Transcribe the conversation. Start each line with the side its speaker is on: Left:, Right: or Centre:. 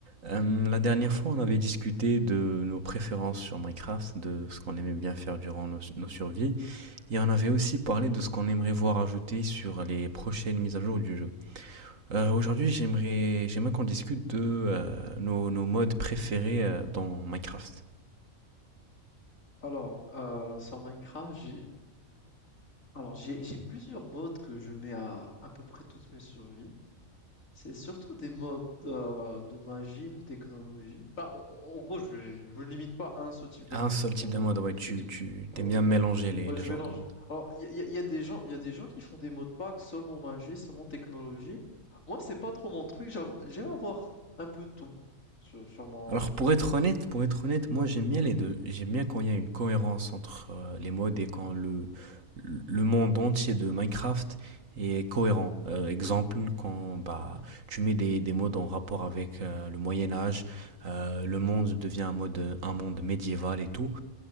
Right: Euh, la dernière fois, on avait discuté de nos préférences sur Minecraft, de ce qu'on aimait bien faire durant nos, nos survies, et on avait aussi parlé de ce qu'on aimerait voir ajouté sur les prochaines mises à jour du jeu. Euh, aujourd'hui, j'aimerais, j'aimerais qu'on discute de euh, nos, nos modes préférés euh, dans Minecraft.
Left: Alors, euh, sur Minecraft, j'ai alors j'ai j'ai plusieurs modes que je mets à à peu près toutes mes survies. C'est surtout des modes euh, de magie, de technologie. Enfin, en, en gros, je, je me limite pas à un seul type de
Right: Un
Left: mode. Je
Right: seul
Left: peux faire
Right: type de
Left: n'importe
Right: mode, ouais, tu,
Left: quel type.
Right: tu
Left: Ouais,
Right: t'aimes
Left: ouais.
Right: bien mélanger les,
Left: Ouais,
Right: les
Left: je
Right: genres
Left: mélange.
Right: de modes.
Left: Alors, il y a, y a- y a des gens, il y a des gens qui font des modes pack seulement magie, seulement technologie. Moi, c'est pas trop mon truc. j'avoue- J'aime avoir un peu tout sur, sur mon
Right: Alors
Left: sur
Right: pour
Left: ma survie.
Right: être honnête, pour être honnête, moi j'aime bien les deux. J'aime bien quand il y a une cohérence entre euh, les modes et quand le, le monde entier de Minecraft est cohérent. Euh, exemple, quand bah, tu mets des, des modes en rapport avec euh, le Moyen Âge, euh, le monde devient un, mode, un monde médiéval et tout.